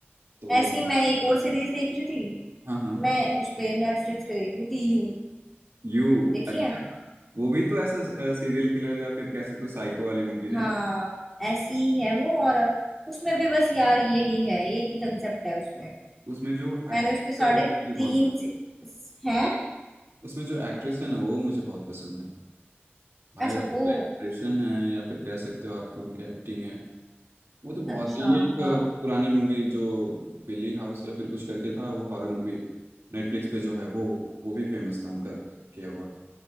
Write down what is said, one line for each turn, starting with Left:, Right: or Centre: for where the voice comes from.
Right: तो वो
Centre: ऐसी मैं एक और सीरीज देख रही थी
Right: हाँ हाँ
Centre: मैं उस पे नेटफ्लिक्स पे देख रही थी यू
Right: यू
Centre: देखिए
Right: अच्छा वो भी तो ऐसा सीरियल किलर या फिर कह सकते हो साइको वाली मूवीज है
Centre: हाँ ऐसी ही है वो और उसमें भी बस यार यही है एक ही कंसेप्ट है उसमें
Right: उसमें जो
Centre: मैंने
Right: एक्ट्रेस
Centre: उसके साढ़े
Right: है वो मुझे
Centre: तीन
Right: बहुत
Centre: सी- हैं
Right: उसमें जो एक्ट्रेस है ना वो मुझे बहुत पसंद है भाई
Centre: अच्छा
Right: उसका
Centre: वो
Right: जो एक्सप्रेशन है या फिर कह सकते हो आपको उनकी एक्टिंग है वो तो बहुत
Centre: अच्छा
Right: ये एक
Centre: हाँ
Right: अ, पुरानी मूवी जो बिली हाउस या फिर कुछ करके था वो हॉरर मूवी नेटफ्लिक्स पे जो है वो वो भी फेमस था उनका किया हुआ